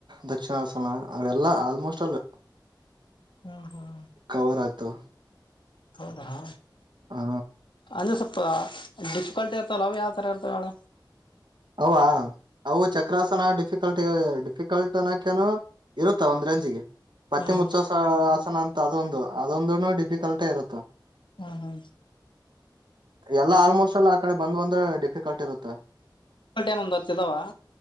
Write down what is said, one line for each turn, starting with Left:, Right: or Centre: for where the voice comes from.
Right: ದಕ್ಷಿಣಾಸನ ಅವೆಲ್ಲಾ ಆಲ್ಮೋಸ್ಟ್ ಅಲ್
Left: ಹ್ಮ್ ಹ್ಮ್
Right: ಕವರ್ ಆಗುತ್ತೆ
Left: ಹೌದಾ ಹ
Right: ಹಾ
Left: ಅಂದ್ರೆ ಸ್ವಲ್ಪ ಡಿಫಿಕಲ್ಟ್ ಇರ್ತಲ್ಲ ಅವ ಯಾವ ತರ ಇರ್ತಾವ ಮೇಡ
Right: ಹವಾ ಅವು ಚಕ್ರಾಸನ ಡಿಫಿಕಲ್ಟ್ ಡಿಫಿಕಲ್ಟ್ ಅನಕನೋ ಇರುತ್ತ ಒಂದ್ ರಂಜಿಗೆ ಪತಿ
Left: ಹ್ಮ್
Right: ಮುಚ್ಚಸ
Left: ಹ್ಮ್
Right: ಆಸನ ಅಂತ ಅದೊಂದು ಅದೊಂದ ಡಿಫಿಕಲ್ಟೇ ಇರುತ್ತ
Left: ಹ್ಮ ಹಾ
Right: ಎಲ್ಲಾ ಆಲ್ಮೋಸ್ಟ್ ಎಲ್ಲ ಆ ಕಡೆ ಬಂದ್ ಬಂದ್ರೆ ಡಿಫಿಕಲ್ಟ್ ಇರುತ್ತೆ
Left: ಟ್ಟ ಏನ ಒಂದ್ ಆರ್ತಿದಾವ